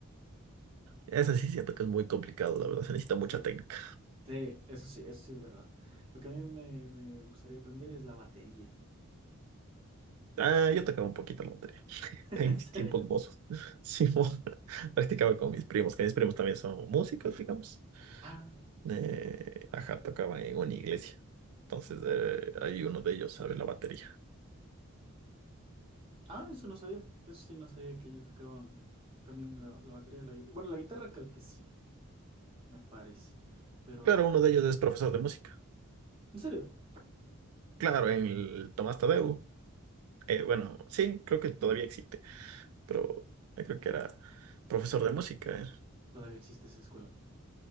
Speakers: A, on the right (about 80°); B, on the right (about 25°).
A: ese sí siento que es muy complicado, la verdad, se necesita mucha
B: Sí,
A: técnica.
B: sí, eso sí, eso sí es verdad. Lo que a mí me, me gustaría aprender es la batería.
A: Ah, yo tocaba un poquito la batería.
B: <laughs>
A: En
B: en
A: mis
B: serio
A: tiempos mozos, <laughs> Simón, <laughs> practicaba con mis primos, que mis primos también son músicos, digamos.
B: Ah,
A: Eh, ajá, tocaban en una iglesia. Entonces, eh, ahí uno de ellos sabe la batería.
B: ah, eso no sabía. Eso sí no sabía que ellos tocaban también la, la batería de la guitarra. Bueno, la guitarra creo que sí, me parece. Pero,
A: Claro, uno de ellos es profesor de música.
B: en serio,
A: Claro, en el Tomás Tadeu. eh, bueno, sí, creo que todavía existe, pero yo creo que era profesor de música. era.
B: todavía existe esa escuela.